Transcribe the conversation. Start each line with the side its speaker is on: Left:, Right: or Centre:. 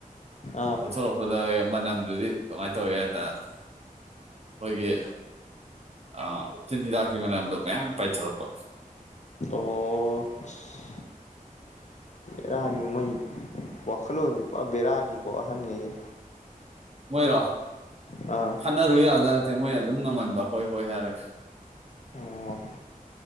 Left: ꯑꯥ
Right: ꯑꯣꯊꯣꯛ ꯄꯗ ꯃꯅꯝꯗꯨꯗꯤ ꯀꯃꯥꯏꯅ ꯇꯧꯏ ꯍꯥꯏꯗ ꯑꯩꯈꯣꯏꯒꯤ ꯑ ꯇꯤꯟ ꯍꯤꯗꯥꯛꯀꯤ ꯃꯅꯝꯗꯣ ꯃꯌꯥꯝ ꯄꯥꯏꯊꯣꯔꯛꯄ
Left: ꯑꯣ ꯑꯁ ꯕꯦꯔꯅꯤ ꯃꯣꯏ ꯋꯥꯈꯜ ꯂꯣꯟꯁꯦ ꯄꯨꯔꯥ ꯕꯦꯔꯥꯅꯤ ꯑꯍꯟ ꯒꯩꯁꯦ
Right: ꯃꯣꯏꯔꯣ
Left: ꯑꯥ
Right: ꯈꯠꯅꯔꯨ ꯌꯥꯕꯖꯥꯠ ꯅꯠꯇ‌ꯦ ꯃꯣꯏ ꯑꯗꯨꯝ ꯉꯝꯃꯟꯕ ꯍꯣꯏ ꯍꯣꯏ ꯍꯥꯏꯔꯒ
Left: ꯑꯣ